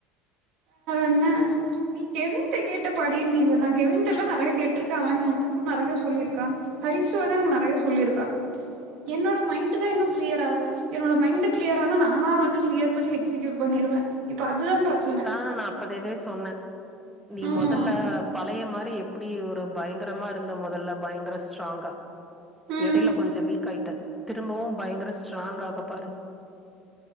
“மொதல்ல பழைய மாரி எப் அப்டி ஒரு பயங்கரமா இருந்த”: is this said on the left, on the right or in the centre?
Centre